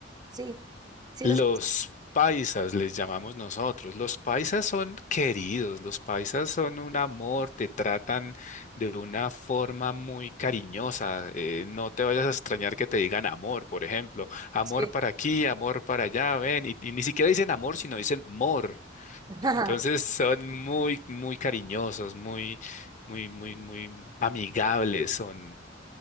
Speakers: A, on the right; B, on the left.
A: sí, sí,
B: Los
A: las.
B: paisas les llamamos nosotros. Los paisas son queridos, los paisas son un amor, te tratan de una forma muy cariñosa. eh, no te vayas a extrañar que te digan amor, por ejemplo. Amor
A: Sí,
B: para aquí, amor para allá, ven. Y, y ni siquiera dicen amor, sino dicen mor.
A: <laughs> ajá,
B: Entonces son muy, muy cariñosos, muy, muy, muy, muy amigables, son,